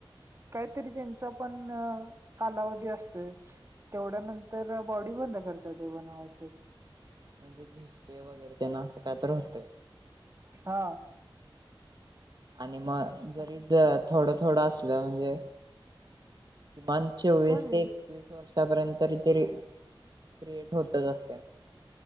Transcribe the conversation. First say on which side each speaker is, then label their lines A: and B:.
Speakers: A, on the right; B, on the right.
A: काहीतरी त्यांचा पण कालावधी असतोय तेवढ्या नंतर बॉडी बंद करतात बनवायचच
B: म्हणजे <unintelligible> वगैरे त्यांना असं काय तर होतय
A: हा
B: आणि मग जरी
A: असं
B: ज थोडं थोडं असलं म्हणजे किमान चोवीस
A: काय
B: ते एकवीस वर्षापर्यंत तरी ते री- क्रिएट होतच असत.